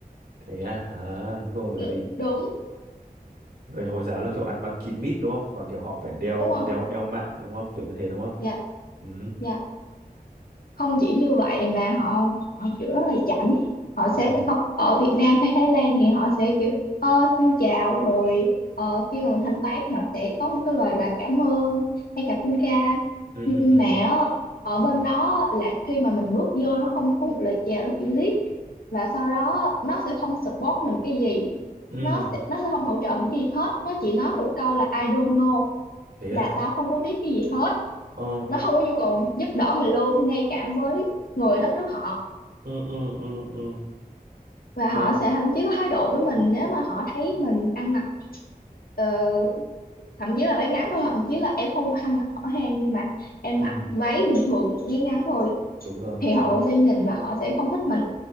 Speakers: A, on the right (about 80°); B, on the left (about 70°).
A: thế à à đúng rồi bởi
B: Ừ,
A: vì
B: đúng
A: người Hồi giáo là kiểu ăn mặc kín mít đúng không và kiểu họ phải đeo
B: đúng không
A: đeo đeo mạng đúng không kiểu như thế đúng không
B: dạ
A: ừ
B: dạ không chỉ như vậy mà họ họ kiểu rất là chảnh họ sẽ
A: ừ
B: họ- ở Việt Nam hay Thái Lan thì họ sẽ kiểu ờ, xin chào rồi ờ, khi mà mình thanh toán thì họ sẽ có một cái lời là cảm ơn hay cảm ơn ca
A: ừ
B: nhưng
A: ừ ừ
B: mà á, ở bên
A: ừ
B: đó là khi mà mình bước vô nó không có một lời chào nó chỉ liếc và sau đó nó sẽ không support mình cái gì
A: Ừ,
B: nó sẽ nó sẽ không hỗ trợ mình cái gì hết nó chỉ nói một câu là I don't know
A: thế
B: là
A: à
B: tao không có biết cái gì hết
A: ờ
B: nó không có nhu cầu giúp đỡ mình luôn ngay cả với người đất nước họ
A: ừ ừ ừ ừ
B: và họ
A: thế
B: sẽ thậm chí có thái độ với mình nếu mà họ thấy mình ăn mặc ờ, thậm chí là váy ngắn thôi thậm chí là em không có ăn mặc hở hang nhưng mà em
A: ừ
B: mặc váy bình thường váy ngắn thôi
A: đúng rồi
B: thì
A: đúng
B: họ
A: rồi
B: sẽ nhìn và họ sẽ không thích mình